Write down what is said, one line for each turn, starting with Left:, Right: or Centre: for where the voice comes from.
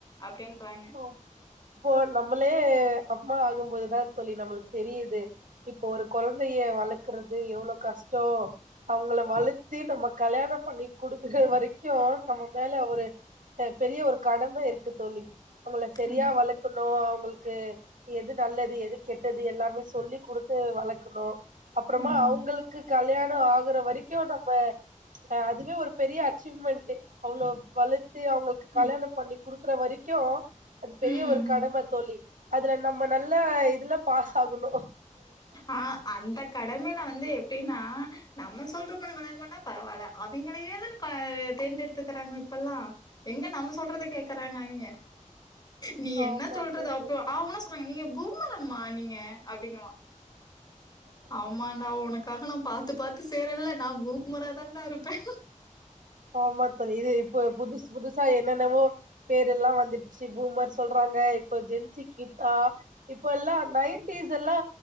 Left: அப்டின்றாய்ங்க
Right: ஒ இப்போ நம்ளே அம்மா ஆகும்போது தா தோழி நம்ளுக் தெரிது இப்போ ஒரு கொழந்தைய வளக்குறது எவ்ளோ கஷ்டோ அவுங்கள வளத்தி நம்ம கல்யாணோ பண்ணி குடுக்குற வரைக்கு நம்ம மேல ஒரு அ பெரிய ஒரு கடம இருக்கு தோழி அவுங்கள செரியா
Left: ம்
Right: வளக்குணு அவுங்குளுக்கு எது நல்லது எது கெட்டது எல்லாமே சொல்லி குடுத்து வளக்குணு அப்றமா
Left: ம்
Right: அவுங்களுக்கு கல்யாணோ ஆகுற வரைக் கு நம்ப ஆ அதுவே ஒரு பெரிய அச்சீவ்மெண்ட்டு அவ்ளோ வளத்து அவுங்களுக்கு
Left: ம்
Right: கல்யாணோ பண்ணி குடுக்குற வரைக்கு அது பெரிய
Left: ம்.
Right: ஒரு கடம தோழி அதுல நம்ம நல்ல இதுல பாஸ் ஆகுணு
Left: ஆ அந்த கடமைல வந்து எப் எப்டின்னா நம்ம சொல்றப்பன <unintelligible> பரவால்ல அவிங்கலே இல்ல கோ தேர்ந்தெடுக்குறாங்க இப்பல்லா எங்க நம்ம சொல்றத கேக்குறாங்க அவிங்க நீ என்ன
Right: ஆமா
Left: சொல்றது
Right: தோழி
Left: அப்போ ஆவுனா சொல்றாங்க நீங்க பூமர் அம்மா நீங்க அப்டினுவா ஆமா நா உனக்காக நா பாத்து பாத்து செய்றல நா பூமரா தா டா இருப்பே
Right: ஆமா தோழி இது இப்ப புதுசு புதுசா என்னென்னவோ பேர் எல்லா வந்திருச்சு பூமர் சொல்றாங்க இப்ப ஜென்சி கிட்டா இப்ப எல்லா நைன்டிஸ் எல்லா